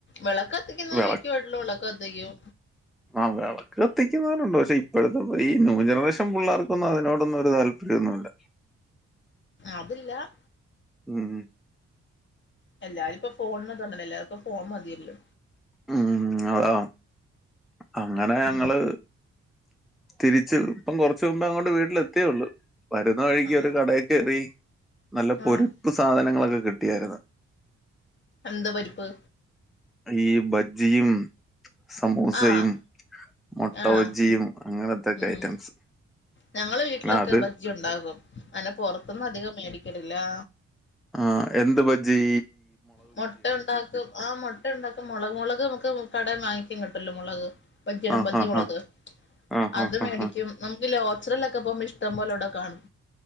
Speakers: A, on the left (about 35°); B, in the centre.
A: വിളക്ക് ക ത്തിക്കുന്നത്
B: വിള
A: മിക്ക വീട്ട്ലും വിളക്ക് കത്തിക്കും.
B: ആഹ് വിളക്ക് കത്തിക്കുന്നോലുണ്ട് പക്ഷെ ഇപ്പഴത്തെ ഈ ന്യൂ ജനറേഷൻ പിള്ളേർക്കൊന്നും അതിനോടൊന്നും ഒരു താല്പര്യൊന്നുല്ല.
A: അതില്ല.
B: ഉം.
A: എല്ലാരും പ്പം ഫോൺന്ന് <unintelligible> എല്ലാർക്കും ഫോൺ മതിയല്ലോ.
B: ഉം അതാ. അങ്ങനെ ഞങ്ങള്
A: ഉം
B: തിരിച്ച് ഇപ്പം കൊറച്ച് മുമ്പേ അങ്ങോണ്ട് വീട്ടിലെത്തിയൊള്ളു. വരുന്ന വഴിക്ക്
A: ആന്നോ
B: ഒരു കടേ കേറി നല്ല പൊരുപ്പ്
A: ആഹ്
B: സാധനങ്ങളൊക്കെ കിട്ടിയായിരുന്ന്.
A: എന്ത് പൊരിപ്പ്?
B: ഈ ബജ്ജിയും സമോസയും
A: ആഹ്
B: മൊട്ട
A: ആഹ്
B: ബജ്ജിയും. അങ്ങനെ
A: ഉം
B: ഐറ്റംസ്
A: ഞങ്ങളെ വീട്ടിലൊക്കെ
B: അത്
A: ബജ്ജി ഉണ്ടാകും അങ്നെ പൊറത്ത്ന്നധികം മേടി ക്കലില്ലാ.
B: ആഹ് എന്ത് ബജ്ജീ?
A: മൊട്ട ഉണ്ടാക്കും ആഹ് മൊട്ട ഉണ്ടാക്കും മുളക് മുളക് നമുക്ക് കടേന്ന് വാങ്ങിക്കാൻ കിട്ടല്ലോ മുളക്. <unintelligible>
B: ആഹ്
A: ബജ്ജി
B: ആഹ്
A: മുളക്
B: ആഹ്
A: അത്
B: ആഹ്
A: മേടിക്കും.
B: ആഹ്
A: നമുക്ക് ലോച്ചറേലൊക്കെ പോവുമ്പോ ഇഷ്ടം പോലെ ഇവിടെ കാണും.